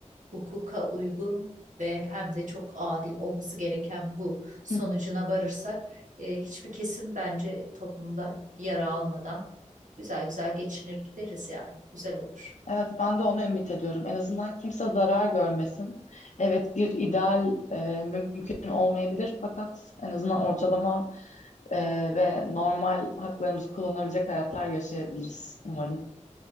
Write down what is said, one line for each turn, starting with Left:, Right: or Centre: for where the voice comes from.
Right: hukuka uygun ve hem de çok adil olması gereken bu sonucuna
Left: Hı.
Right: varırsak e, hiçbir kesim bence toplumda yara almadan güzel güzel geçinir gideriz yani. Güzel olur.
Left: Evet, ben de onu ümit ediyorum. En azından kimse zarar görmesin. Evet, bir ideal e, mümkün olmayabilir fakat en azından ortalama e, ve normal haklarımızı kullanabilecek hayatlar yaşayabiliriz umarım.